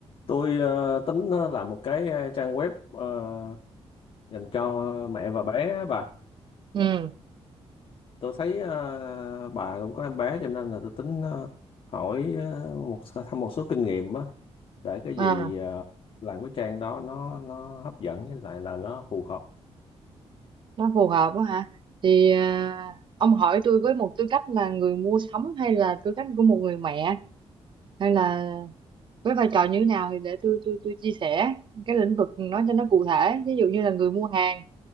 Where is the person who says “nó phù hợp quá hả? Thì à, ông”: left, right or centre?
Right